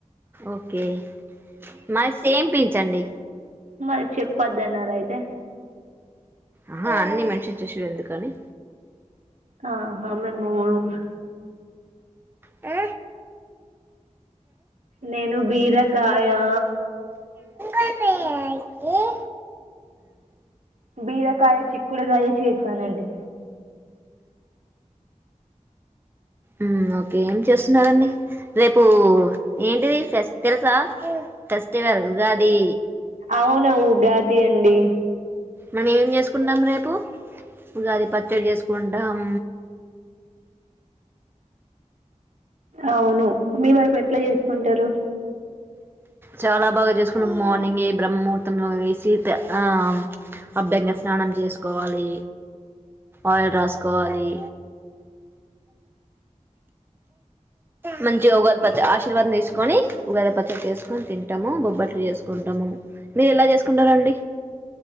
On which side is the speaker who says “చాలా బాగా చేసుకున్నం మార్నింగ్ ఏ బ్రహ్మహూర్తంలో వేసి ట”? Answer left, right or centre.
Right